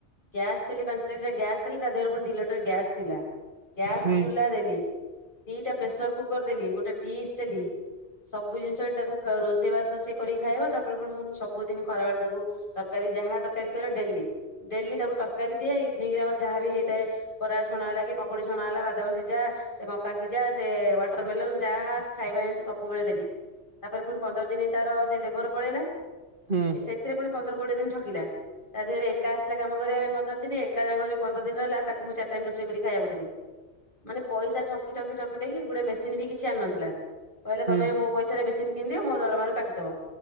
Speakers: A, on the left; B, on the right.
A: ଗ୍ୟାସ୍ ଦେଲି ପାଞ୍ଚ ଲିଟର ଗ୍ୟାସ ଦେଲି ତା ଦେହରେ ପୁଣି ଦି ଲିଟର ଗ୍ୟାସ୍ ଥିଲା ଗ୍ୟାସ୍
B: ହୁଁ
A: ଚୁଲା ଦେଲି। ଦିଟା ପ୍ରେସର କୁକର ଦେଲି ଗୋଟେ ଡିସ୍ ଦେଲି ସବ ବୁ ଜିନଷ ତାକୁ ରୋଷେଇବାସୋଷେଇ କରିକ ଖାଇବ ତାପରେ ପ ମୁଁ ସବୁଦିନ ଖରା ବଳେ ତାକୁ ତରକାରୀ ଯାହା ତରକାରୀ କରେ ଡେଲି ଡେଲି ତାକୁ ତରକାରୀ ଦିଏ ଇଭିନିଂ ରେ ଆମର ଯାହା ବିି ହେଇଥାଏ ବରା ଛଣା ହେଲା କି ପକୁଡି ଛଣା ହେଲା ବାଦବ ସିଝା - ସେ ମକା ସିଝା ସେ ୱାଟରମେଲନ ଯାହା ଖାଇବା ଜିନିଷ ସବୁବେଳେ ଦେଲି। ତାପରେ ପୁଣି ପନ୍ଦର ଦିନ ତାର ସେ ଲେବର ପଳେଇଲା
B: ହୁଁ
A: ସେଥିରେ ପୁଣି ପନ୍ଦରରୁ କୋଡିଏ ଦିନ ଠକିଲା। ତା ଦେହରେ ଏକା ଆଶିଥିଲା କାମ କରିବାପାଇଁ ପନ୍ଦର ଦିନ ଏକାଙ୍କା ଯୋଉ ପନ୍ଦର ଦିନ ରହିଲା ତାକୁ ମୁଁ ଚାରି ଟାଇମ୍ ରୋଷେଇ କରି ଖାଇବାକୁ ଦେଲି। ମାନେ ପଇସା ଠକି ଠକି ଠକି ଗୋଟେ ମେସିନ ବି କିଛି ଆଣିନଥିଲା। କହିଲେ
B: ହୁଁ
A: ତମେ ମୋ ପଇସାରେ ମେସିନ କିଣିିଦିଅ ମୋ ଦରମାରୁ କାଟିଦବ